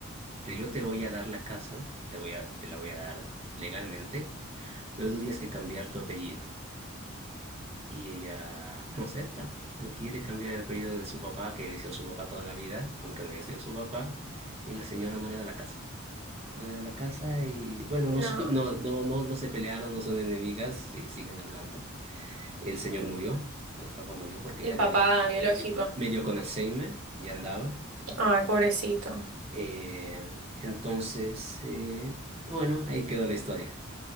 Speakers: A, on the right; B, on the right.
A: te- yo te voy a dar la casa, te voy a, te la voy a dar legalmente, pero tú tienes que cambiar tu apellido. Y ella no acepta, no quiere cambiar el apellido de su papá, que había sido su papá toda la vida, aunque no haya sido su papá, y la señora no le da la casa. No le da la casa y bueno,
B: No,
A: no, son- <laughs> no, no, no, no se pelearon, no son enemigas, y siguen hablando. El señor murió, el papá murió porque
B: el
A: ya
B: papá
A: medio,
B: biológico.
A: medio, medio con Alzheimer, ya andaba.
B: Ay, pobrecito.
A: Eh, entonces, eh, bueno, ahí quedó la historia.